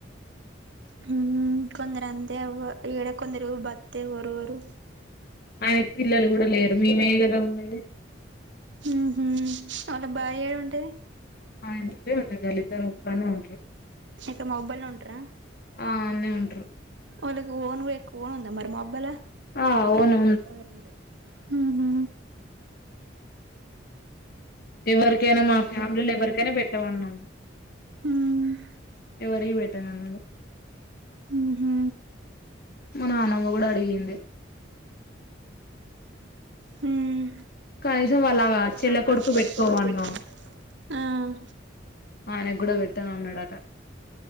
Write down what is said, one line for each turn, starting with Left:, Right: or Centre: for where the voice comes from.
Right: హుమ్ కొందర అంతే అవ్వ. ఈడ కొందరు బత్తే ఓరువరు.
Left: ఆయనకి పిల్లలు కూడా లేరు మేమే కదా ఉన్నది
Right: మ్ హు వాళ్ళ భార్య ఏమంటది?
Left: ఆయనతొ ఏమంటరు వాల్లిద్దరు ఇక్కడ్నె ఉంటరు.
Right: తో మొబై ల్లో ఉంటారా?
Left: ఆ అన్నే ఉంటరు.
Right: వాళ్లకి ఓన్ వేకు ఒన్ ఉంద! మరి మోబై లొ,
Left: ఆ అవును
Right: అ లోన్ ఉంది. ఉహు
Left: ఎవరికైనా మా ఫ్యామిలీలొ ఎవరికైనా పెట్టమన్నాము.
Right: ఉహు
Left: ఎవరికి పెట్టన్నన్నాడు.
Right: మ్మ్ హు
Left: మా నాన్నమ్మ కూడ పొయ్యింది
Right: హ్మ్
Left: కనీసం వాళ్ళ
Right: ఐషు వాళ్ళు
Left: చెల్ల
Right: చిన్న
Left: పెట్టుకోమన్నాం
Right: కొడుకు పెట్టుకుంటాడంట ఆ
Left: ఆయనకు కూడా పెట్టను అన్నాడట